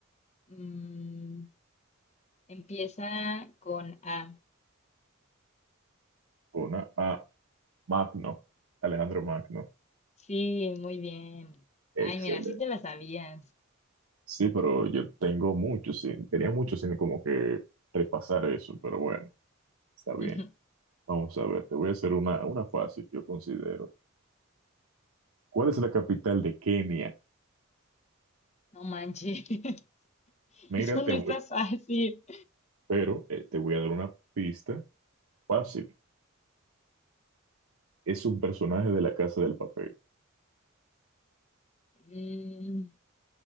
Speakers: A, on the left (about 30°); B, on the right (about 80°).
A: mm, empieza con A.
B: Una A, Magno, Alejandro Magno.
A: Sí, muy bien.
B: Excelente.
A: Ay, mira, sí te la sabías.
B: Sí, pero yo tengo mucho, sin, tenía mucho sin como que repasar eso, pero bueno, está bien.
A: <laughs>
B: Vamos a ver, te voy a hacer una, una fácil yo considero. ¿Cuál es la capital de Kenia?
A: No manches, <laughs>
B: Mira,
A: eso
B: te
A: no
B: voy,
A: está fácil.
B: pero eh, te voy a dar una pista fácil. Es un personaje de la Casa del Papel.
A: Mm,